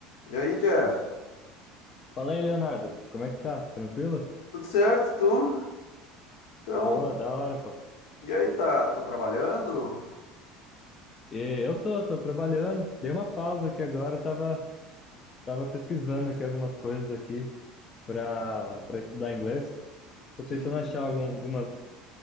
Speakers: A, on the left; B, on the left.
A: E aí, Jeff?
B: Fala aí, Leonardo. Como é que tá? Tranquilo?
A: Tudo certo, tu? Então,
B: Boa, da hora, pô.
A: e aí, tá, tá trabalhando?
B: E eu tô, tô trabalhando. Dei uma pausa aqui agora, tava, tava pesquisando aqui algumas coisas aqui pra, pra estudar inglês. Tô tentando
A: Sim.
B: achar algum, algumas,